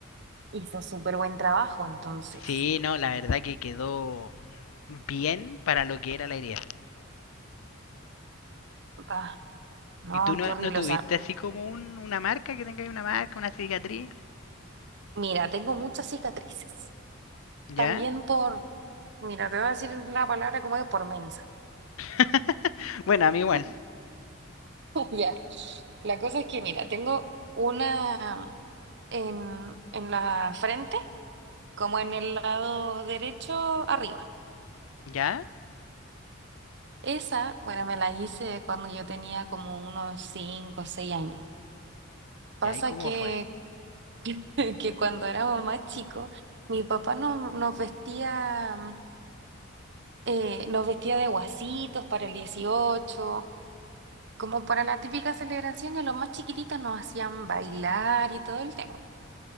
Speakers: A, on the right; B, on the left.
A: hizo súper buen trabajo entonces.
B: Sí, no, la verdad que quedó bien para lo que era la herida.
A: Ah, no,
B: ¿Y tú no,
A: qué horrible.
B: no tuviste
A: O sea,
B: así como un- una marca, que tenga ahí una marca, una cicatriz?
A: mira, tengo muchas cicatrices.
B: ¿Ya?
A: También por, mira, te voy a decir la palabra como es por mensa.
B: <laughs> Bueno, a mí igual.
A: <laughs> Ya. La cosa es que, mira, tengo una en, en la frente, como en el lado derecho arriba.
B: ¿Ya?
A: Esa, bueno, me la hice cuando yo tenía como unos 5 o 6 años. Pasa
B: ¿Ya? ¿Y cómo
A: que,
B: fue?
A: <laughs> que cuando éramos más chicos, mi papá nos, nos vestía, mm, eh, nos vestía de guasitos para el 18, como para la típica celebración, y a los más chiquititos nos hacían bailar y todo el tema, po,